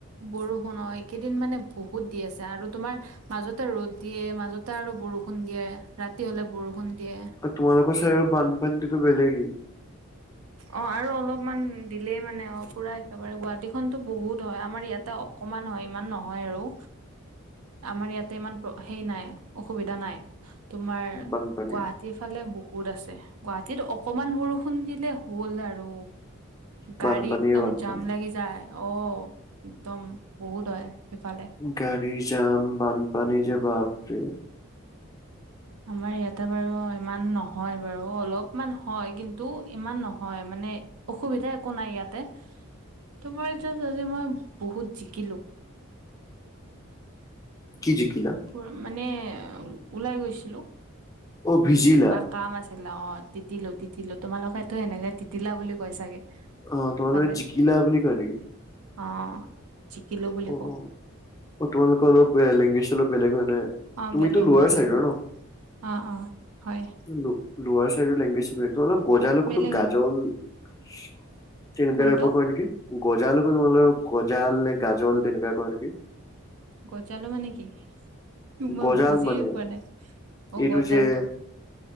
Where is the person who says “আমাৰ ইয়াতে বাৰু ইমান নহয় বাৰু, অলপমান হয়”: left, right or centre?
Right